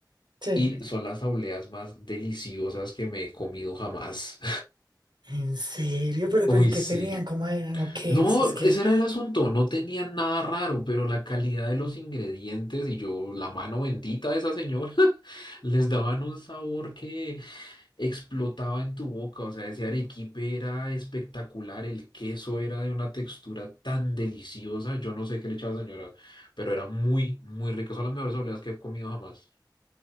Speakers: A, on the right; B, on the left.
A: Sí.
B: y son las obleas más deliciosas que me he comido jamás.
A: En serio,
B: <laughs>
A: pero,
B: Uy,
A: pero ¿y qué
B: sí.
A: tenían? ¿Cómo eran? ¿O qué?
B: No,
A: O sea, es que.
B: ese era el asunto, no tenían nada raro, pero la calidad de los ingredientes y yo, la mano bendita de esa señora, <laughs> les daban un sabor que explotaba en tu boca, o sea, ese arequipe era espectacular, el queso era de una textura tan deliciosa, yo no sé qué le echaba la señora, pero era muy, muy rico, son las mejores obleas que he comido jamás.